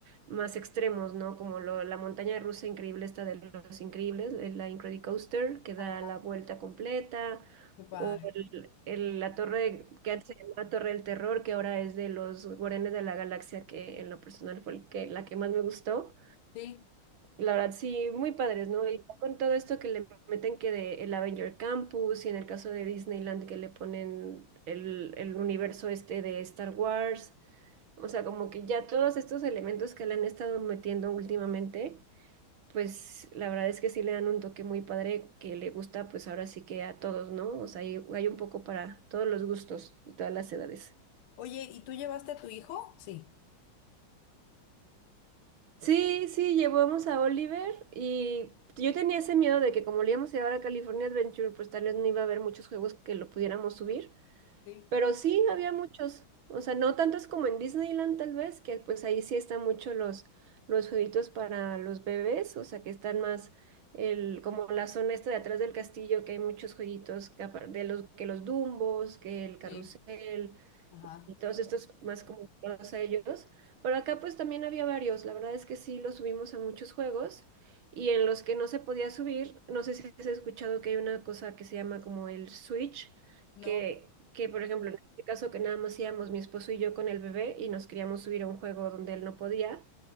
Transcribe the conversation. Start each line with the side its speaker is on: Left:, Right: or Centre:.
Right: más extremos, ¿no? Como lo- la montaña rusa increíble, esta de los increíbles, de la Incredicoaster, que da
Left: Ajá.
Right: la vuelta completa
Left: Qué padre.
Right: o el- el- la torre de- que antes se llamaba Torre del Terror, que ahora es de los Guardianes de la Galaxia, que en lo personal fue el que, la que más me gustó.
Left: Sí.
Right: La verdad, sí, muy padres, ¿no? Y ya con todo esto que le meten que de el Avenger Campus y en el caso de Disneyland que le ponen el, el universo este de Star Wars, o sea, como que ya todos estos elementos que le han estado metiendo últimamente pues la verdad es que sí le dan un toque muy padre que le gusta pues ahora sí que a todos, ¿no? O sea, hay, hay un poco para todos los gustos y todas las edades.
Left: Oye, ¿y tú llevaste a tu hijo? Sí.
Right: Sí, sí, llevamos a Oliver y yo tenía ese miedo de que como le íbamos a llevar a California Adventure, pues tal vez no iba a haber muchos juegos que lo pudiéramos subir,
Left: Sí.
Right: Pero sí, había muchos. O sea, no tantos como en Disneyland tal vez, que pues ahí sí están mucho los, los jueguitos para los bebés, o sea, que están más el, como la zona esta de atrás del castillo, que hay muchos jueguitos que apar- de los, que los Dumbos, que el carrusel,
Left: Sí. Ajá.
Right: y todos estos más comunicados a ellos. Pero acá pues también había varios, la verdad es que sí los subimos a muchos juegos y en los que no se podía subir, no sé si has escuchado que hay una cosa que se llama como el switch,
Left: No.
Right: que, que por ejemplo en este caso que nada más íbamos mi esposo y yo con el bebé y nos queríamos subir a un juego donde él no podía.